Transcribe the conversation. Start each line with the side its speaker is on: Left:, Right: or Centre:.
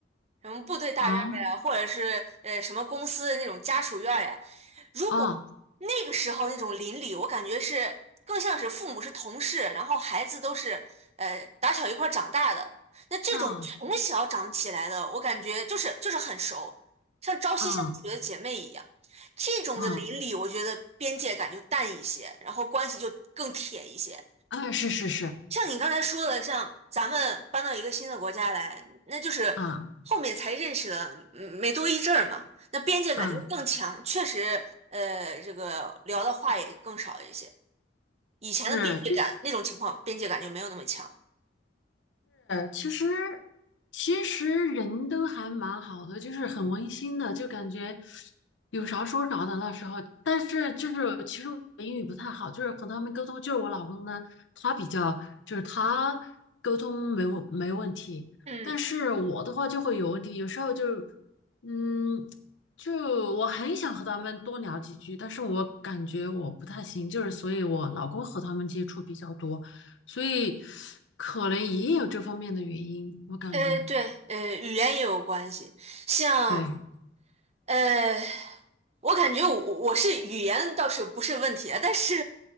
Right: 什么部队大院儿呀，
Left: 啊
Right: 或者是呃什么公司的那种家属院儿呀。如果那个时候那种邻里，
Left: 啊
Right: 我感觉是更像是父母是同事，然后孩子都是呃打小一块儿长大的。那这种从小长起来的，
Left: 啊
Right: 我感觉就是就是很熟，像朝夕相处的姐妹一样。
Left: 啊
Right: 这种的邻里，
Left: 啊，
Right: 我觉得边界感就淡一些，然后关系就更铁一些。
Left: 哎，是是是，
Right: 像你刚才说的，像咱们搬到一个新的国家来，那就是后面才认识了，
Left: 啊
Right: 嗯没多一阵儿嘛，那边界感就更强，
Left: 啊。
Right: 确实，呃，这个聊的话也更少一些。以前的边界感那种情况，
Left: 是，就是
Right: 边界感就没有那么强。
Left: 其实其实人都还蛮好的，就是很温馨的，就感觉有啥说啥的那时候。但是就是其实我英语不太好，就是和他们沟通，就是我老公呢，他比较就是他沟通没问没问题，
Right: 嗯，
Left: 但是我的话就会有问题，有时候就嗯，就我很想和他们多聊几句，但是我感觉我不太行，就是所以我老公和他们接触比较多。所以可能也有这方面的原因，我感觉
Right: 呃，对，呃，语言也有关系。像，
Left: 对
Right: 呃，我感觉我我是语言倒是不是问题啊，但是